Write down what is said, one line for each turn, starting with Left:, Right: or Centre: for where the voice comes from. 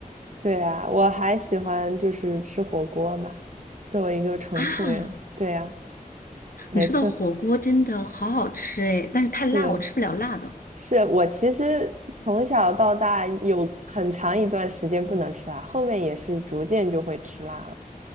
Right: 对啊，我还喜欢就是吃火锅嘛。作为一个重庆人，
Left: 啊。
Right: 对呀，每次
Left: 你说到火锅真的好好吃哎，但是太辣，
Right: 是。
Left: 我吃不了辣的。
Right: 是我其实从小到大有很长一段时间不能吃辣，后面也是逐渐就会吃辣了。